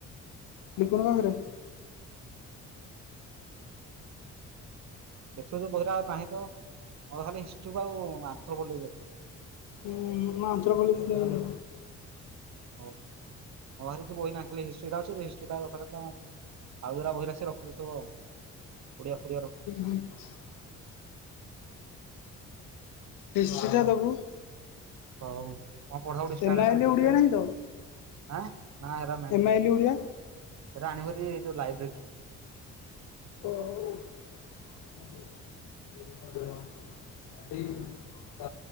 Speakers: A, on the left (about 85°); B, on the right (about 65°).
A: ଲପୁନ ପାଖରେ?
B: ଦେଖିଲୁନୁ ବହିରା ଆଉ ନାହିଁ ତ, ମୋର ଖାଲି ହିଷ୍ଟ୍ରି କୁ ଆଉ ଆନ୍ଥ୍ରୋପୋଲୋଜି ଅଛି।
A: ଉଁ ମୁଁ ଆନ୍ଥ୍ରୋପୋଲୋଜି ନେଇନି।
B: ହଉ, ମୋ ପାଖରେ କିଛି ବହି ନାହିଁ, ଖାଲି ହିଷ୍ଟ୍ରି ଟା ଅଛି, ଯଦି ହିଷ୍ଟ୍ରି ଟା ଦକାର ହେଲା ମାଗିବୁ। ଆଉ ଯୋରା ବହିରା ରଖୁଚି ସବୁ ଆଉ, ଓଡିଆ ଫୋଡିଆ ରଖୁଛି ସବୁ।
A: <inaudible> ହିଷ୍ଟ୍ରି ଟା ଦବୁ।
B: ହଉ, କଁ ପଢା ପଢି ଷ୍ଟାର୍ଟ
A: ଏମ୍ ଆଇ
B: ହେଲାଣି
A: ଏଲ୍
B: କେତେ?
A: ଓଡ଼ିଆ ନାହିଁ ତ
B: ଆଁ, ନା ଏରା ନାଇଁ,
A: ଏମ୍ ଆଇ ଏଲ୍ ଓଡ଼ିଆ।
B: ଏରା ଆଣିବୁହେରି ଏଇ ଯୋଉ ଲାଇବ୍ରେରୀ ରୁ।
A: ଓ ହଉ। <unintelligible> <unintelligible> <unintelligible>